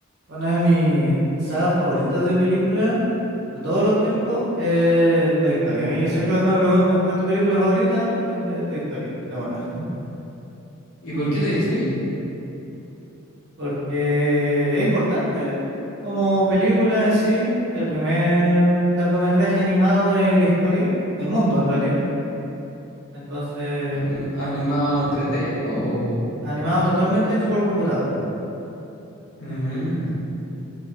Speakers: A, on the right (about 55°); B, on the left (about 80°).
A: Una de mis sagas favoritas de películas de todos los tiempos es Toy Story. A mí siempre cuando me preguntan cuál es tu película favorita, siempre Toy Story, de buena.
B: ¿Y por qué Toy Story?
A: Porque es importante como película en sí, el primer largometraje animado de la historia, del mundo en realidad. Entonces,
B: ¿Anim- ¿Animado en tres d o...?
A: animado totalmente hecho por computadora.
B: Mm,